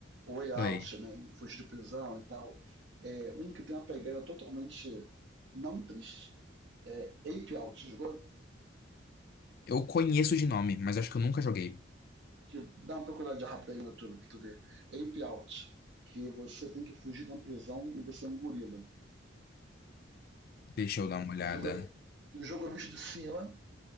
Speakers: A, on the right; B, on the left.
A: Way Out,
B: oi,
A: né, em Fugir de Prisão e tal, é, um que tem uma pegada totalmente não triste, é Ape Out, jogou?
B: eu conheço de nome, mas acho que eu nunca joguei.
A: que dá uma procuradinha rápida aí no YouTube pra tu ver. Ape Out, que você tem que fugir da prisão e você é um gorila.
B: Deixa eu dar uma olhada.
A: E o jogo é, e o jogo é visto de cima,